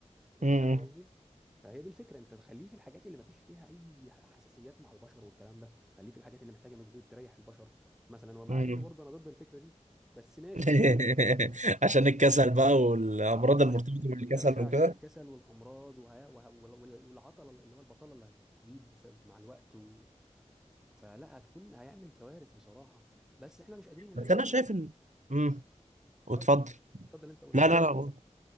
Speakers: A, in the centre; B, on the right (about 80°).
A: انت
B: مم.
A: فاهم قصدي فهي دي الفكره انت تخليه في الحاجات اللي ما فيش فيها اي حساسيات مع البشر والكلام ده خليه في الحاجات اللي محتاجه مجهود تريح البشر مثلا ومع
B: مم.
A: ان برضه انا ضد الفكره دي بس ماشي
B: <laughs>
A: يعني
B: عشان الكسل بقى والامراض
A: اه
B: المرتبطة
A: عشان
B: بالكسل
A: يا باشا
B: وكده
A: عشان الكسل والامراض وه... وه... وال- وال- والعطله اللي هو البطاله اللي هتزيد بسبب مع الوقت و... فلا هتكون هيعمل كوارث بصراحه بس احنا مش قادرين للاسف
B: بس انا
A: نعمل
B: شايف ان امم
A: اتفضل
B: واتفضل
A: اتفضل اتفضل انت قول انا
B: لا
A: خلاص
B: لا لا